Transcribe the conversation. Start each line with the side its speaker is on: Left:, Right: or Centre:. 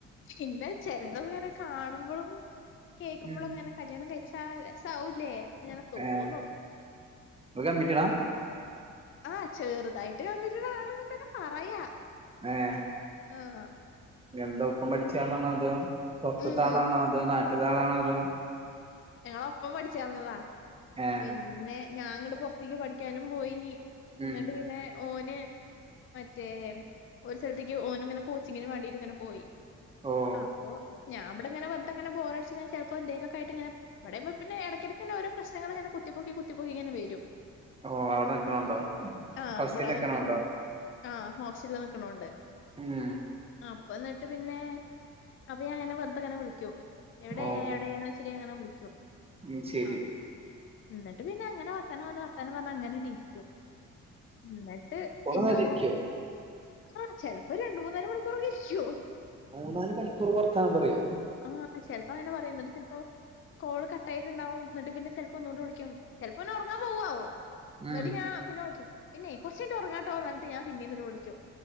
Left: പിന്നെ ചെലതൊക്കെ ഇങ്ങനെ കാണുമ്പളും കേക്കുമ്പളോക്കെ
Right: ഉം
Left: ങ്ങനെ കല്യാണം കയ്ച്ചാ രസാവുല്ലേ ന്നിങ്ങനെ തോന്നും
Right: ഏഹ് ഇങ്ങള് കമ്മിറ്റടാ
Left: ആഹ് ചേറ്തായിട്ട് കമ്മിറ്റഡ് ആണ് എന്നൊക്കങ്ങന പറയാ
Right: ഏഹ്
Left: ആഹ
Right: എന്താ ഒപ്പം പഠിച്ചെ ആളാണ അതോ പൊർത്തിത്താളാണോ
Left: ഉം
Right: അതോ നാട്ടിത്താളാണോ അതോ
Left: ഞങ്ങള് ഒപ്പം പഠിച്ചേർന്നതാ
Right: ഏഹ്
Left: പിന്നെ ഞാങ്ങട് പൊർത്തേക്ക് പഠിക്കാനും പോയി
Right: ഉം
Left: ന്നട്ട് പിന്നെ ഓന് മറ്റേ ഒരു സ്ഥലത്തേക്ക് ഓന് ഇങ്ങനെ കോച്ചിങ്ങിന് വേണ്ടിട്ട് ഇങ്ങനെ പോയി.
Right: ഓഹ്
Left: അപ്പൊ ഞാൻ ഇവടെ ഇങ്ങനെ വെർദങ്ങനെ ബോറടിച്ച് ചെൽപ്പോ എന്തെലൊക്കെ ആയിട്ട് ഇങ്ങനെ ഇവടേമ്പൊ പിന്നെ എടക്കെടക്കിങ്നെ ഓരോ പ്രശ്നങ്ങളിങ്ങനെ കുത്തിപ്പൊക്കി കുത്തിപ്പൊക്കിങ്ങനെ വെരും
Right: ഓഹ് അവ്ടെ നിക്കിണോണ്ടോ
Left: ആഹ്
Right: ഹോസ്റ്റല്ല്
Left: ഇവിടെ
Right: നിക്കിണോണ്ടോ
Left: നിക്കണോണ്ട് ആഹ് ഹോസ്റ്റൽല് നിക്കണോണ്ട്
Right: ഉം
Left: അപ്പന്നിട്ട് പിന്നെ അപ്പൊ ഞാൻങ്ങനെ വെർതെങ്ങനെ വിളിക്കും എവിടെ
Right: ഓഹ്
Left: എവിടെന്ന് <unintelligible> അങ്ങനെ വിളി
Right: ഉം ശരി
Left: ആഹ് ഇന്നിട്ട് പിന്നെ അങ്ങനെ വത്താനം പർഞ്ഞു വത്താന പർഞ്ഞ അങ്ങനണ്ടിര്ക്കു ന്നട്ട്
Right: കൊറേ
Left: പിന്നോ
Right: നേരം ഇരിക്കോ
Left: ആ ചെൽപ്പോ രണ്ട് മൂന്നാല് മണിക്കൂറൊക്കെ ഇരിക്കും
Right: മൂന്നാല് മണിക്കൂർ വർത്താനം പറീല്ലേ?
Left: ആഹ് ചെൽപ്പ അങ്ങനെ പറയും ഇന്നിട്ട് ചെൽപ്പോ കോള് കട്ട് ആയിട്ടിണ്ടാവും ഇന്നിട്ട് പിന്നെ ചെ പ്പൊന്നുടെ വിളിക്കും ചെൽപ്പോന് ഒർങ്ങാൻ പോവാവു ഇന്നിട്ട്
Right: ഉം
Left: ഞാ പിന്നെ വിളിക്കും പിന്നെയ് കൊർച്ചയ്ഞ്ഞിട്ട് ഒർങ്ങാട്ടോ അർഞ്ഞാട്ട് ഞാ പിന്നീ ഇന്നിട്ട് വിളിക്കു